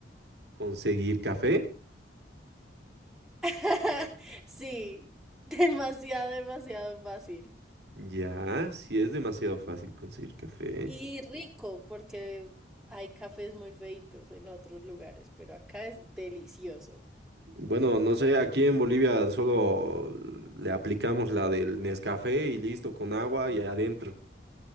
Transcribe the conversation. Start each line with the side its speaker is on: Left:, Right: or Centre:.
Right: conseguir café.
Centre: <laughs> Sí, demasiado, demasiado fácil.
Right: Ya, sí es demasiado fácil conseguir café.
Centre: Y rico, porque hay cafés muy feitos en otros lugares, pero acá es delicioso.
Right: Bueno, no sé, aquí en Bolivia solo le aplicamos la del Nescafé y listo, con agua y adentro.